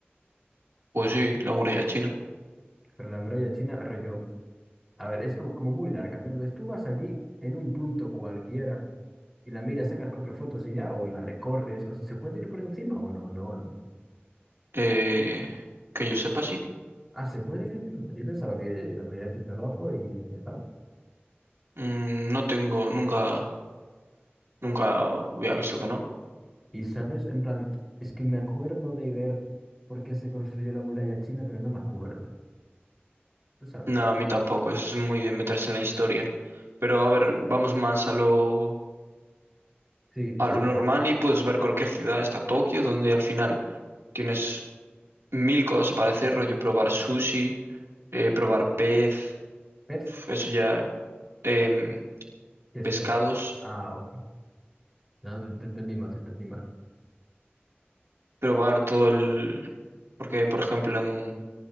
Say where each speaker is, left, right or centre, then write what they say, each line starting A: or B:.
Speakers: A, on the right; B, in the centre.
A: pues sí, la muralla china.
B: Pero la muralla china, rollo, a ver, es como, como muy larga, ¿no? Entonces tú vas allí en un punto cualquiera y la miras, sacas cuatro fotos y ya, o la recorres, o sea, ¿se puede ir por encima o no? No, no.
A: Eh, que yo sepa, sí.
B: Ah, se puede ir encima. Yo pensaba que la miras desde abajo y ya estaba.
A: Mm, no tengo, nunca, nunca había visto que no.
B: Y sabes, en plan, es que me acuerdo de ver por qué se construyó la muralla china, pero no me acuerdo. Tú sabes.
A: No, a mí tampoco, eso es muy de meterse en la historia. Pero a ver, vamos más a lo,
B: Sí,
A: a
B: o
A: lo
B: sea,
A: normal y puedes ver cualquier ciudad, está Tokio, donde al final tienes mil cosas para hacer, rollo probar sushi, eh, probar pez,
B: Pez,
A: eso ya, em,
B: ¿qué es
A: pescados.
B: Pez? Ah, ok. No, te te entendí mal, te entendí mal.
A: probar todo el... Porque, por ejemplo, en,